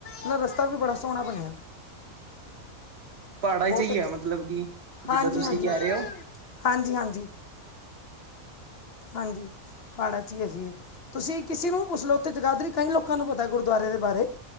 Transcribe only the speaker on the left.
ਮਦਾ ਰਸਤਾ ਵੀ ਬੜਾ ਸੋਹਣਾ ਬਣਿਆ।
ਬੋਤ
ਅ
ਹਾਂਜੀ-
ਹਾਂਜੀ।
ਹਾਂਜੀ- ਹਾਂਜੀ, ਹਾਂਜੀ। ਪੜਾਂ ਚ ਹੈ ਗੀ ਐ ਤੁਸੀਂ ਕਿਸੇ ਨੂੰ ਵੀ ਪੁੱਛ ਲੋੋ ਉੱਥੇ ਜਗਾਦਰੀ ਕਈ ਲੋਕਾਂ ਨੂੰ ਪਤਾ ਗੁਰਦੁਆਰੇ ਦੇ ਬਾਰੇ।